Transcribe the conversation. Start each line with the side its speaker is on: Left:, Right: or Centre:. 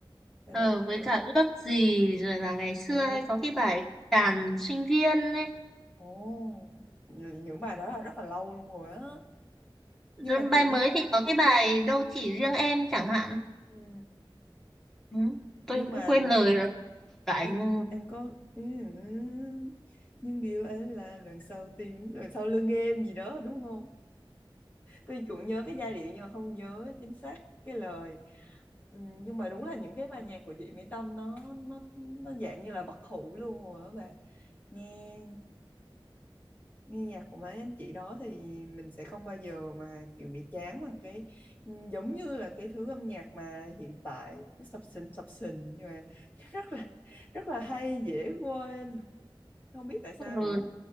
Left: bài
Centre: Ờ,
Left: đó
Centre: với
Left: nữa
Centre: cả ước gì rồi là ngày xưa
Left: ồ
Centre: hay có cái bài đàn sinh viên ấy.
Left: ồ những những bài đó là rất là lâu luôn rồi á
Centre: Rồi
Left: nhưng mà
Centre: bài
Left: kiểu như
Centre: mới
Left: là
Centre: thì có cái bài đâu chỉ riêng em chẳng hạn.
Left: ừ,
Centre: Ừ,
Left: nhưng
Centre: tôi
Left: mà
Centre: cũng quên lời rồi lại
Left: anh
Centre: nhưng
Left: anh có ừ, ừ. nhưng điều anh làm đằng sau tim đằng sau lưng em gì đó đúng không tôi cũng nhớ cái giai điệu nhưng mà không nhớ chính xác cái lời ừ, nhưng mà đúng là những cái bài nhạc của chị Mỹ Tâm nó nó nó dạng như là bất hủ luôn rồi đó bà nghe nghe nhạc của mấy anh chị đó thì mình sẽ không bao giờ mà kiểu bị chán bằng cái ừ, giống như là cái thứ âm nhạc mà hiện tại cứ sập sình sập sình nhưng mà <laughs> rất là rất là hay dễ quên không biết tại sao
Centre: ừ,
Left: nữa